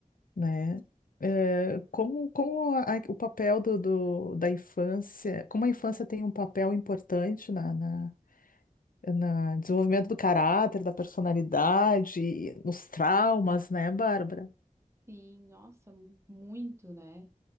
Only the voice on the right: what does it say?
Sim, nossa, muito, né?